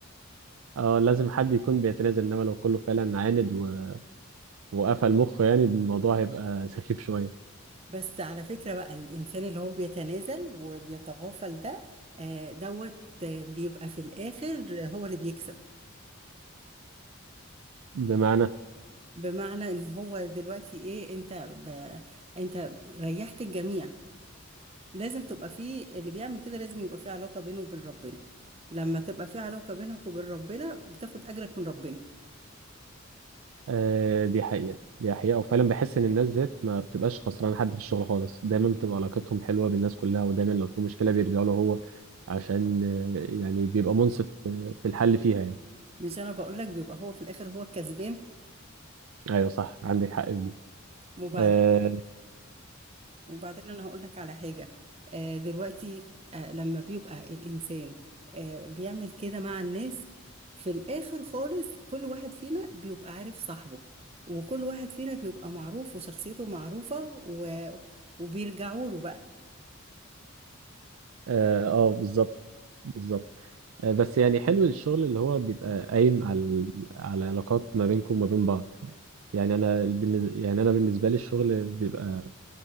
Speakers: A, on the right; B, on the right.
A: اه لازم حد يكون بيتنازل انما لو كله فعلا عاند و... وقفل مخه يعني الموضوع هيبقى سخيف شويه
B: بس على فكرة بقى الإنسان اللي هو بيتنازل وبيتغافل ده آه دوت آه، بيبقى في الآخر هو اللي بيكسب
A: بمعنى
B: بمعنى ان هو دلوقتي ايه انت ب... انت ريحت الجميع لازم تبقى فيه اللي بيعمل كده لازم يبقى فيه علاقة بينه وبين ربنا لما تبقى فيه علاقة بينك وبين ربنا بتاخد أجرك من ربنا
A: آه، دي حقيقة دي حقيقة وفعلا بحس إن الناس ذات ما بتبقاش خسرانة حد في الشغل خالص دايما بتبقى علاقتهم حلوة بالناس كلها ودايما لو في مشكلة بيرجعوا له هو عشان آه، يعني بيبقى منصف في في الحل فيها يعني
B: مش أنا بقول لك بيبقى هو في الآخر هو الكسبان
A: أيوة صح عندك حق في دي
B: وبعدين
A: آه
B: وبعدين أنا هقول لك على حاجة آه دلوقتي آه لما بيبقى الإنسان آه بيعمل كده مع الناس في الآخر خالص كل واحد فينا بيبقى عارف صاحبه وكل واحد فينا بيبقى معروف وشخصيته معروفة و... وبيرجعوا له بقى
A: آه, آه بالظبط بالظبط آه بس يعني حلو الشغل اللي هو بيبقى قايم على على علاقات ما بينكم وما بين بعض يعني انا بالنز- يعني انا بالنسبه لي الشغل بيبقى